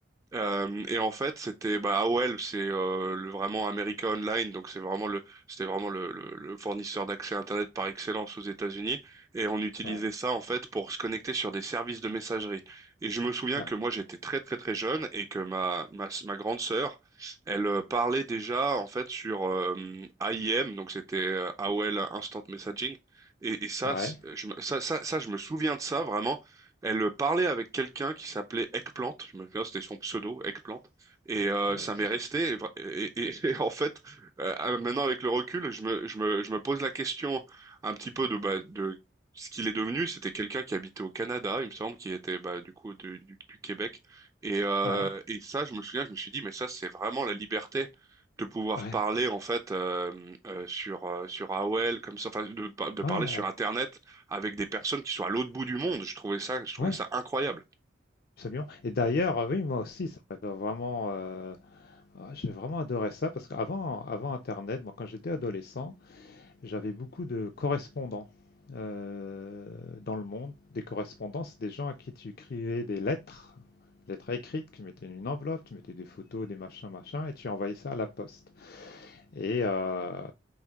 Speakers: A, on the right (about 15°); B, on the left (about 55°).
A: Euh, et en fait, c'était bah, AOL, c'est euh, le vraiment America Online, donc c'est vraiment le c'était vraiment le, le, le fournisseur d'accès Internet par excellence aux États-Unis. Et on utilisait
B: ouais,
A: ça en fait pour se connecter sur des services de messagerie. Et je me souviens
B: ouais,
A: que moi j'étais très très très jeune et que ma ma, ma grande sœur, elle euh, parlait déjà en fait sur euh, AIM, donc c'était euh, AOL Instant Messaging. Et, et ça,
B: ouais.
A: c'est- je, me- ça, ça, ça, je me souviens de ça vraiment. Elle parlait avec quelqu'un qui s'appelait Eggplant, je me souviens, c'était son pseudo, Eggplant, et euh,
B: Ouais,
A: ça
B: c'est
A: m'est resté.
B: ça.
A: Et, vra- et- et- <laughs> et en fait, euh, euh, maintenant avec le recul, je me, je me, je me pose la question un petit peu de, bah, de ce qu'il est devenu. C'était quelqu'un qui habitait au Canada, il me semble, qui était bah, du coup de- du, du Québec. Et, euh,
B: Ouais,
A: et ça, je me souviens, je me suis dit, mais ça, c'est vraiment la liberté de pouvoir
B: ouais,
A: parler en fait euh, euh, sur euh, sur AOL comme ça, enfin de, par- de parler
B: ouais, ab-
A: sur Internet avec des personnes qui sont à l'autre bout du monde. Je trouvais ça, je trouvais
B: ouais,
A: ça incroyable.
B: absolument. Et d'ailleurs, euh, oui, moi aussi, ça m'a vraiment, euh, ah, j'ai vraiment adoré ça parce qu'avant, avant Internet, moi, quand j'étais adolescent, j'avais beaucoup de correspondants euh, dans le monde. Des correspondants, c'est des gens à qui tu écrivais des lettres, lettres écrites, tu mettais une enveloppe, tu mettais des photos, des machins, machins, et tu envoyais ça à la poste. Et euh,